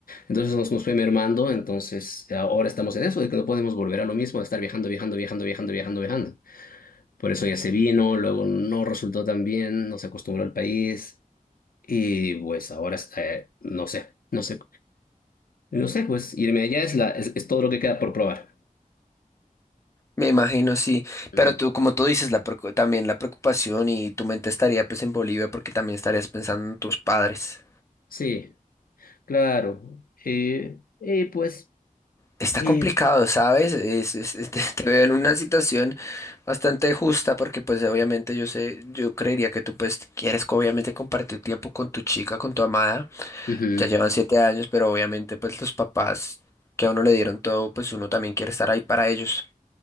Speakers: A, on the left (about 80°); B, on the left (about 20°).
A: Entonces nos, nos fue mermando, entonces ahora estamos en eso, de que no podemos volver a lo mismo, de estar viajando, viajando, viajando, viajando, viajando, viajando. Por eso ya se vino, luego no resultó tan bien, no se acostumbró al país y pues ahora eh, no sé, no sé, no sé, pues irme allá es, la, es, es todo lo que queda por probar.
B: Me imagino, sí,
A: Ujú.
B: pero tú, como tú dices, la preocu- también la preocupación y tu mente estaría pues en Bolivia porque también estarías pensando en tus padres.
A: Sí. Claro, eh, y pues,
B: Está
A: eh,
B: complicado, ¿sabes? Es, es- es- <laughs> te, te veo en una situación bastante justa porque pues obviamente yo sé, yo creería que tú pues quieres co- obviamente compartir tiempo con tu chica, con tu amada,
A: ujú,
B: ya llevan siete años, pero obviamente pues los papás que a uno le dieron todo, pues uno también quiere estar ahí para ellos.